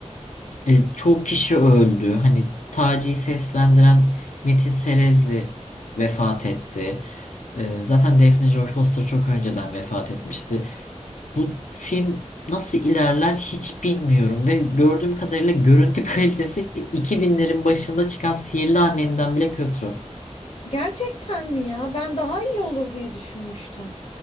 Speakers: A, on the left; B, on the left.
A: E, çok kişi öldü. Hani Taci'yi seslendiren Metin Serezli vefat etti. E, zaten Daphne Joy Foster çok önceden vefat etmişti. Bu film nasıl ilerler hiç bilmiyorum ve gördüğüm kadarıyla görüntü kalitesi 2000'lerin başında çıkan Sihirli Annem'den bile kötü.
B: Gerçekten mi ya? Ben daha iyi olur diye düşünmüştüm.